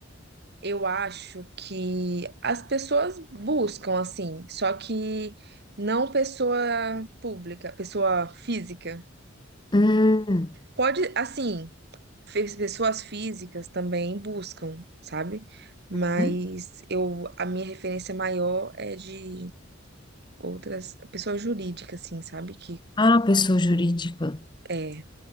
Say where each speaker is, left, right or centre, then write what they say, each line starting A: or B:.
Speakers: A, on the right; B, on the left.
A: Eu acho que as pessoas buscam, assim, só que não pessoa pública, pessoa física.
B: Hum,
A: Pode, assim, fe- pessoas físicas também buscam, sabe? Mas
B: hum.
A: eu, a minha referência maior é de Outras, pessoa jurídica, assim, sabe? Que
B: ah, pessoa jurídica.
A: é.